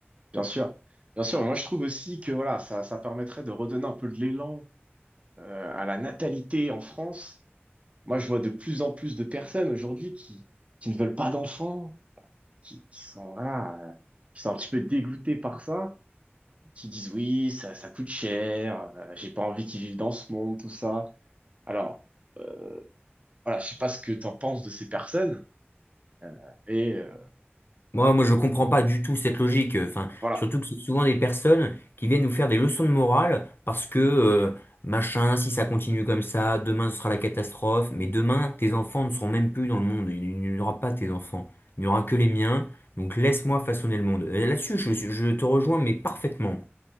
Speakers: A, on the right; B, on the left.
A: bien sûr. Bien sûr, mais moi, je trouve aussi que, voilà, ça, ça permettrait de redonner un peu de l'élan, euh, à la natalité en France Moi, je vois de plus en plus de personnes aujourd'hui qui, qui ne veulent pas d'enfants, qui, qui sont, voilà, euh, qui sont un petit peu dégoûtées par ça, qui disent oui, ça, ça coûte cher, euh, j'ai pas envie qu'ils vivent dans ce monde, tout ça. Alors, euh, voilà, je sais pas ce que t'en penses de ces personnes, euh, et euh,
B: Moi, moi, je comprends pas du tout cette logique. euh, Enfin,
A: voilà,
B: surtout que c'est souvent des personnes qui viennent nous faire des leçons de morale parce que euh, machin, si ça continue comme ça, demain ce sera la catastrophe. Mais demain, tes enfants ne seront même plus dans le monde. Il il n'y aura pas tes enfants. Il n'y aura que les miens. Donc laisse-moi façonner le monde. Et Là-dessus, je, je te rejoins, mais parfaitement.